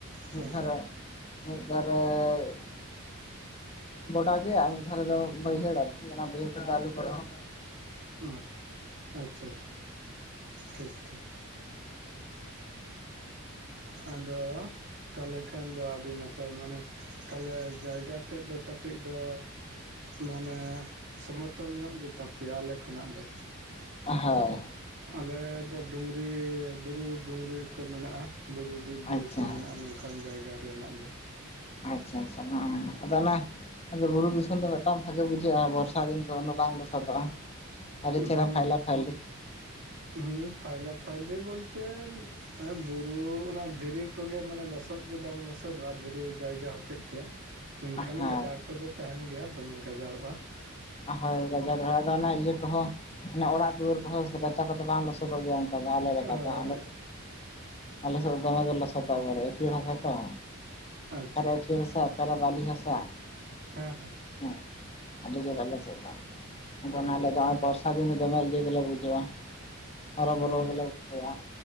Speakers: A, on the left; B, on the right.
A: ᱢᱤᱫ
B: ᱦᱮᱸ
A: ᱫᱷᱟᱨᱟ ᱢᱤᱜ ᱫᱟᱨᱮ ᱜᱚᱰᱟ ᱜᱮᱭᱟ ᱟᱨ ᱢᱤᱜ ᱫᱷᱟᱨᱮ ᱫᱚ ᱵᱟᱹᱭᱦᱟᱹᱲ ᱟᱨᱠᱤ ᱚᱱᱟ ᱵᱟᱹᱭᱦᱟᱹᱲ ᱨᱮᱫᱚ ᱟᱞᱩ ᱠᱚᱨᱮ ᱦᱚᱸ
B: ᱩᱸ ᱟᱪᱪᱷᱟ ᱟᱪᱪᱷᱟ ᱴᱷᱤᱠ ᱴᱷᱤᱠ᱾ ᱟᱫᱚ ᱛᱟᱦᱚᱞᱮ ᱠᱷᱟᱱ ᱫᱚ ᱟᱹᱰᱤ ᱱᱟᱯᱟᱭ ᱢᱟᱱᱮ ᱛᱟᱞᱦᱮ ᱡᱟᱭᱜᱟ ᱛᱮᱫ ᱫᱚ ᱠᱟᱹᱴᱤᱡ ᱫᱚ ᱢᱟᱱᱮ ᱥᱚᱢᱚᱛᱚᱞ ᱧᱚᱜ ᱜᱮᱛᱟ ᱯᱮᱭᱟ ᱟᱞᱮ ᱠᱷᱚᱱᱟᱜ ᱫᱚ᱾
A: ᱦᱳᱭ
B: ᱟᱞᱮᱫᱚ ᱰᱩᱝᱨᱤ ᱵᱩᱨᱩ ᱰᱩᱝᱨᱩ ᱠᱚ ᱢᱮᱱᱟᱜᱼᱟ, ᱵᱩᱨᱩ ᱵᱤᱨ
A: ᱟᱪᱪᱷᱟ
B: ᱵᱩᱨᱩ ᱠᱚ ᱢᱮᱱᱟᱜᱼᱟ ᱱᱚᱝᱠᱟ᱾ ᱠᱟᱱ ᱡᱟᱭᱜᱟ ᱨᱮ ᱦᱮᱱᱟᱜ ᱞᱮᱭᱟ᱾
A: ᱟᱪᱪᱷᱟ ᱟᱪᱪᱷᱟ ᱢᱟ ᱟᱫᱚ ᱚᱱᱟ ᱟᱫᱚ ᱵᱩᱨᱩ ᱫᱤᱥᱚᱢ ᱫᱚ ᱢᱤᱫᱴᱟᱝ ᱵᱷᱟᱜᱮ ᱵᱩᱡᱷᱟᱹᱜᱼᱟ, ᱵᱚᱨᱥᱟ ᱫᱤᱱ ᱫᱚ ᱩᱱᱟᱹᱜ ᱵᱟᱝ ᱞᱚᱥᱚᱫᱚᱜᱼᱟ᱾ ᱟᱹᱰᱤ
B: ᱩᱸ-ᱦᱩᱸ
A: ᱪᱮᱦᱨᱟ ᱯᱷᱟᱭᱞᱟ ᱯᱷᱟᱭᱞᱤ
B: ᱡᱩᱸ ᱯᱷᱟᱭᱞᱟ ᱯᱷᱟᱭᱞᱤ ᱵᱚᱞᱛᱮᱱ ᱮ ᱵᱩᱨᱩ ᱚᱱᱟ ᱫᱷᱤᱨᱤ ᱠᱚᱜᱮ ᱢᱟᱱᱮ ᱞᱚᱥᱚᱫ ᱜᱮ ᱵᱟᱝ ᱞᱚᱥᱚᱫᱚᱜ-ᱟ, ᱫᱷᱤᱨᱤ ᱡᱟᱭᱜᱟ ᱦᱚᱛᱮᱡ ᱛᱮ᱾ ᱢᱮᱱᱠᱷᱟᱱ
A: ᱦᱳᱭ
B: ᱜᱟᱡᱟᱲ ᱠᱚᱫᱚ ᱛᱟᱦᱮᱱ ᱜᱮᱭᱟ, ᱫᱚᱢᱮ ᱜᱟᱡᱟᱲᱚᱜ-ᱟ᱾
A: ᱦᱳᱭ ᱜᱟᱡᱟᱲ ᱨᱮᱦᱚ ᱟᱫᱚ ᱚᱱᱟ ᱤᱭᱟᱹ ᱠᱚᱦᱚᱸ ᱚᱱᱟ ᱚᱲᱟᱜ ᱫᱩᱣᱟᱹᱨ ᱠᱚᱦᱚᱸ ᱨᱟᱪᱟ ᱠᱚᱫᱚ ᱵᱟᱝ ᱞᱚᱥᱚ ᱥᱟᱫᱟᱜ ᱜᱮᱭᱟ ᱚᱱᱠᱟ ᱫᱚ, ᱟᱞᱮ ᱞᱮᱠᱟ
B: ᱦᱳᱭ
A: ᱫᱚ, ᱟᱞᱮ
B: ᱦᱳᱭ
A: ᱟᱞᱮ ᱥᱮᱫ ᱫᱚ ᱫᱚᱢᱮ ᱜᱮ ᱞᱚᱥᱚᱫ-ᱟᱵᱟᱨᱮ, ᱟᱹᱴᱷᱭᱟᱲ ᱦᱟᱥᱟ ᱛᱚ᱾
B: ᱟᱪᱪᱷᱟ
A: ᱟᱨᱮ ᱟᱹᱴᱤᱭᱟᱹᱟᱹᱲ ᱦᱟᱥ ᱚᱠᱟ ᱨᱮ ᱵᱟᱞᱤ ᱦᱟᱥᱟ᱾
B: ᱦᱮᱸ ᱦᱮᱸ᱾
A: ᱦᱮ ᱟᱹᱰᱤ ᱡᱟᱞᱟ ᱟᱞᱮ ᱥᱮᱫ ᱫᱚ᱾ ᱟᱫᱚ
B: ᱦᱩᱸ
A: ᱟᱞᱮ ᱫᱚ ᱱᱚᱜ-ᱚᱭ ᱵᱚᱨᱥᱟ ᱫᱤᱱ ᱫᱚ ᱫᱚᱢᱮ ᱤᱭᱟᱹ ᱜᱮᱞᱮ ᱵᱩᱡᱷᱟᱹᱣᱟ᱾ ᱦᱚᱨᱚᱵᱚᱨᱚ
B: ᱦᱩᱸ᱾
A: ᱜᱮᱞᱮ ᱵᱩᱡᱷᱟᱹᱣᱟ